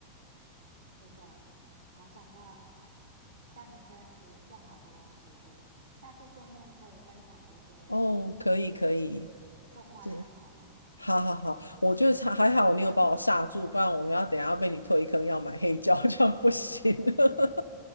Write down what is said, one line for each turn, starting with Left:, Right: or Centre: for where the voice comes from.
Right: 真的好想要像你这样子种好多植物。下次见面可以分享我一些
Left: 哦，可以可以，
Right: 种花的技巧吗？
Left: 是，好好好，我就差还好你有把我刹住，不然我要等一下要被你推坑要买黑胶，这样不行。<laughs>